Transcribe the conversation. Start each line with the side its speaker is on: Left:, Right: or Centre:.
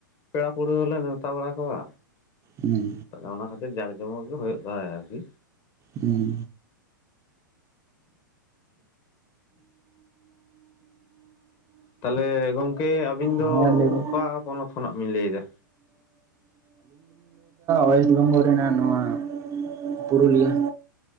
Left: ᱯᱮᱲᱟ ᱯᱟᱹᱲᱦᱟᱹ ᱦᱚᱞᱮ ᱱᱮᱣᱛᱟ ᱵᱟᱲᱟ ᱠᱚᱣᱟ᱾
Right: ᱦᱩᱸ
Left: ᱛᱚ ᱚᱱᱟ ᱠᱷᱟᱹᱛᱤᱨ ᱡᱟᱠ ᱡᱚᱢᱚᱠ ᱜᱮ ᱦᱩᱭᱩᱜ ᱛᱟᱦᱮ ᱟᱨᱠᱤ᱾
Right: ᱦᱩᱸ
Left: ᱛᱟᱦᱚᱞᱮ ᱜᱚᱝᱠᱮ ᱟᱵᱤᱱ ᱫᱚ
Right: ᱦᱮᱸ ᱞᱟᱹᱭ ᱵᱤᱱ
Left: ᱚᱠᱟ ᱯᱚᱱᱚᱛ ᱠᱷᱚᱱᱟᱜ ᱵᱤᱱ ᱞᱟᱹᱭ ᱫᱟ?
Right: ᱚᱭᱮᱥᱴ ᱵᱮᱝᱜᱚᱞ ᱨᱮ <unintelligible> ᱱᱚᱣᱟ ᱯᱩᱨᱩᱞᱤᱭᱟᱹ᱾